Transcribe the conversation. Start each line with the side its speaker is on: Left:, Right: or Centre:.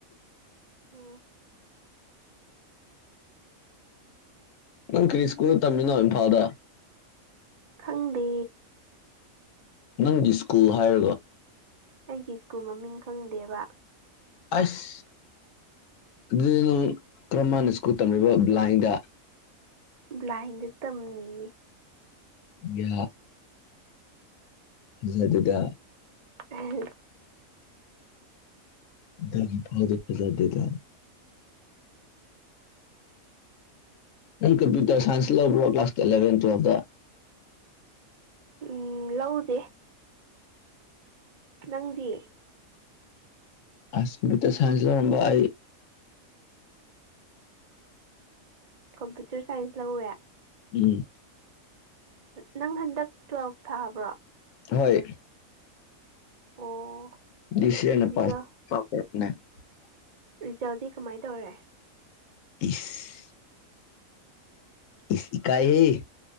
Right: ꯑ
Left: ꯅꯪ ꯀ꯭ꯔꯤꯁꯀꯨ ꯇꯝꯃꯤꯟꯅꯣ ꯏꯝꯐꯥꯜꯗ
Right: ꯈꯪꯗꯦ
Left: ꯅꯪꯗꯤ ꯁ꯭ꯀꯨꯜ ꯍꯥꯏꯔꯒ
Right: ꯑꯩꯒꯤ ꯁꯀꯨ ꯃꯃꯤꯡ ꯈꯪꯗꯦꯕ
Left: ꯑꯁ ꯑꯗꯨꯗ ꯀꯃꯥꯏꯟꯅ ꯁ꯭ꯀꯨꯜ ꯇꯝꯂꯤꯕ ꯕ꯭ꯂꯥꯏꯟꯗ
Right: ꯕꯂꯥꯏꯟꯗ ꯇꯝꯅꯤꯌꯦ
Left: ꯌꯥ ꯁ ꯑꯗꯨꯗ
Right: ꯎꯝ
Left: <unintelligible> ꯅꯪ ꯀꯝꯄ꯭ꯌꯨꯇꯔ ꯁꯥꯏꯟꯁ ꯂꯧꯕꯔꯣ ꯀ꯭ꯂꯥꯁ ꯑꯦꯂꯕꯟ ꯇꯨꯋꯦꯜꯇꯥ
Right: ꯎꯝ ꯂꯧꯗꯦ ꯅꯪꯗꯤ
Left: ꯑꯁꯠꯇ ꯁꯥꯏꯟꯁ ꯂꯧꯔꯝꯕ ꯑꯩ
Right: ꯀꯝꯄ꯭ꯌꯨꯇꯔ ꯁꯥꯏꯟꯁ ꯂꯧꯋꯦ
Left: ꯎꯝ
Right: ꯅꯪ ꯍꯟꯗꯛ ꯇꯨꯋꯦꯜꯐ ꯊꯥꯕ꯭ꯔꯣ
Left: ꯍꯣꯏ
Right: ꯑꯣ
Left: <unintelligible>
Right: ꯔꯤꯖꯜ ꯔꯤꯖꯜꯗꯤ ꯀꯃꯥꯏꯅ ꯇꯧꯔꯦ
Left: ꯎꯝ ꯏ ꯏꯀꯥꯏꯍꯦ